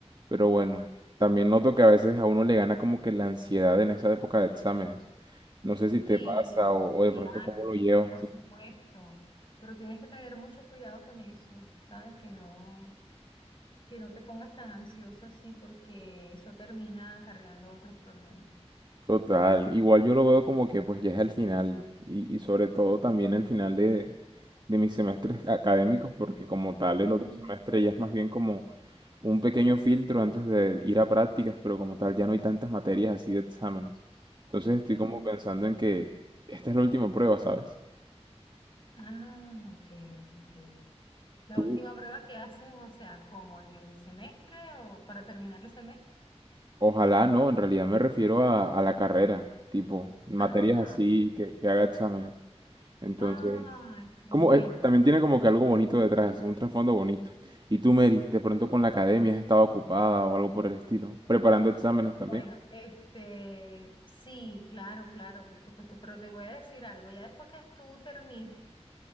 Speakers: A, on the right; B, on the left.
A: Pero bueno, también noto que a veces a uno le gana como que la ansiedad en esa época de exámenes. No sé si te
B: Sí,
A: pasa o, o de
B: claro,
A: pronto cómo lo llevas
B: por
A: tú.
B: supuesto, pero tienes que tener mucho cuidado con eso, ¿sabes? Que no. que no te pongas tan ansioso así porque eso termina acarreando otros problemas.
A: Total, igual yo lo veo como que pues ya es el final y, y sobre todo también el final de, de mis semestres académicos porque como tal el
B: Ujú,
A: otro semestre ya es más bien como un pequeño filtro antes de ir a prácticas, pero como tal ya no hay tantas materias así de exámenes. Entonces estoy
B: ujú.
A: como pensando en que esta es la última prueba, ¿sabes?
B: Ah, ok, ok. La
A: Tú,
B: última prueba que haces, o sea, como en el semestre o para terminar el semestre.
A: ojalá no, en realidad me refiero a, a la carrera, tipo, materias
B: Ah,
A: así
B: ok.
A: que, que haga exámenes. Entonces,
B: Ah, entiendo,
A: como, eh, también
B: entiendo.
A: tiene como que algo bonito detrás, un trasfondo bonito. Y tú, Mary, de pronto con la academia has estado ocupada o algo por el estilo, preparando exámenes también.
B: Bueno, este, sí, claro, claro, por supuesto, pero te voy a decir algo, ya después que tú termines